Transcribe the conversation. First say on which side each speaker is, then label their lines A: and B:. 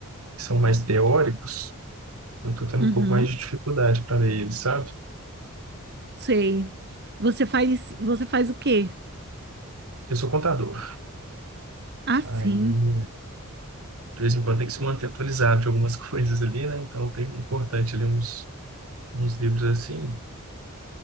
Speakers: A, on the right (about 85°); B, on the right (about 50°).
A: que são mais teóricos, eu tô tendo
B: Uhum,
A: um pouco mais de dificuldade para ler eles, sabe?
B: sei. Você faz, você faz o quê?
A: Eu sou contador.
B: Ah,
A: Aí,
B: sim.
A: de vez em quando tem que se manter atualizado de algumas <laughs> coisas ali, né? Então, tem importante ler uns, uns livros assim.